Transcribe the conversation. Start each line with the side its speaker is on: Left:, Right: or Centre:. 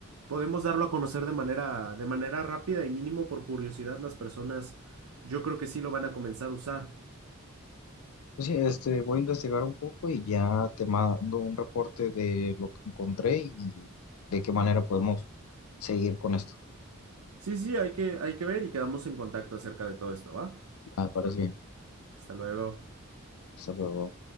Right: podemos darlo a conocer de manera, de manera rápida y mínimo por curiosidad las personas, yo creo que sí lo van a comenzar a usar.
Left: Pues sí, este, voy a investigar un poco y ya te mando un reporte de lo que encontré y de qué manera podemos seguir con esto.
Right: Sí, sí, hay que, hay que ver y quedamos en contacto acerca de todo esto, ¿va?
Left: Ah, Me parece bien.
Right: Hasta luego.
Left: Hasta luego.